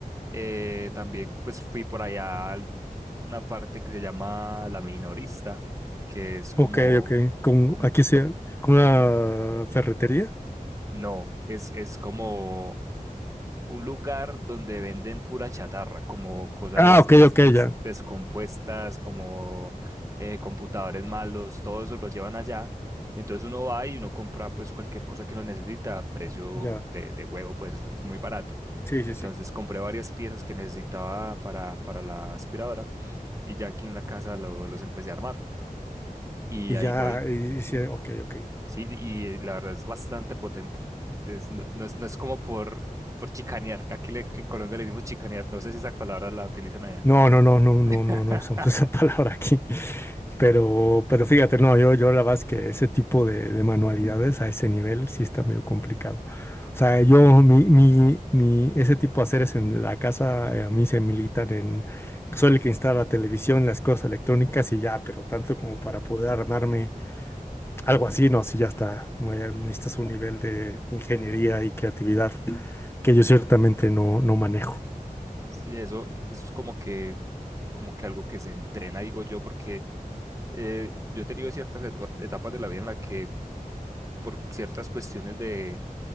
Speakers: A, on the right; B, on the left.
A: eh, también pues fui por allá a algu- una parte que se llama La Minorista, que es como,
B: Ok, ok. Con,
A: como,
B: aquí sea con una ferretería.
A: no, es, es como un lugar donde venden pura chatarra, como cosas
B: Ah, ok,
A: des-
B: ok,
A: des-
B: ya.
A: descompuestas, como eh, computadores malos, todo eso lo llevan allá. Entonces uno va y uno compra pues cualquier cosa que uno necesita a precio
B: Ya.
A: de, de huevo, pues eso es muy barato.
B: Sí, sí,
A: Entonces
B: sí.
A: compré varias piezas que necesitaba para, para la aspiradora y ya aquí en la casa lo- los empecé a armar. Y
B: Y
A: ahí
B: ya,
A: voy.
B: y, y sí, ok, ok.
A: Sí, y la verdad es bastante potente. Es, no, no es, no es como por, por chicanear. Aquí le- en Colombia le decimos chicanear. No sé si esa palabra la utilizan allá.
B: No, no, no, no, no,
A: <laughs>
B: no, no usamos <laughs> esa palabra aquí. Pero, pero fíjate, no, yo, yo la verdad es que ese tipo de, de manualidades a ese nivel sí está medio complicado. O sea, yo, mi, mi, mi, ese tipo de haceres en la casa, eh, a mí se militan en, soy el que instala la televisión, las cosas electrónicas y ya, pero tanto como para poder armarme Algo así, no, sí, ya está. muy- Necesitas un nivel de ingeniería y creatividad que yo ciertamente no, no manejo.
A: Sí, eso, eso es como que, como que algo que se entrena, digo yo, porque eh, yo he tenido ciertas etapa- etapas de la vida en la que por ciertas cuestiones de,